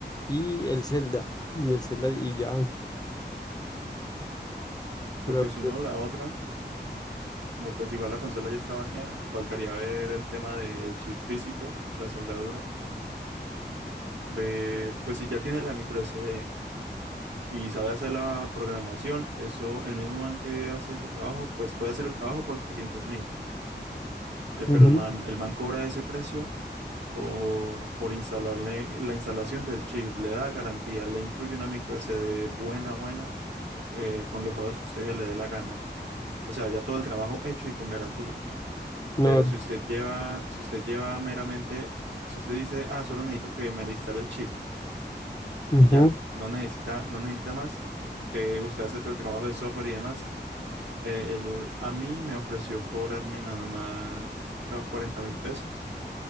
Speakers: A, on the left (about 20°); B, on the right (about 80°).
A: Y el Zelda, y el Zelda y ya. Pero,
B: Porque si
A: pues,
B: no, la otra, como pues igual la consola ya está baneada, faltaría ver el tema del chip físico, la soldadura. Ver, pues si ya tiene la micro SD y sabe hacer la programación, eso, el mismo man que hace ese trabajo, pues puede hacer el trabajo por 300 mil. Eh,
A: ujú,
B: pero el man, el man cobra ese precio por, por instalarle la instalación del chip, le da garantía, le incluye una micro SD buena, buena, eh, con los juegos que usted le dé la gana. O sea, ya todo el trabajo hecho y con garantía.
A: no,
B: Pero si usted lleva, si usted lleva meramente, si usted dice, ah, solo necesito que me le instale el chip
A: ujú,
B: y ya, no necesita, no necesita más, que usted hace todo el trabajo de software y demás, eh, él a mí me ofreció cobrarme nada más 40 mil pesos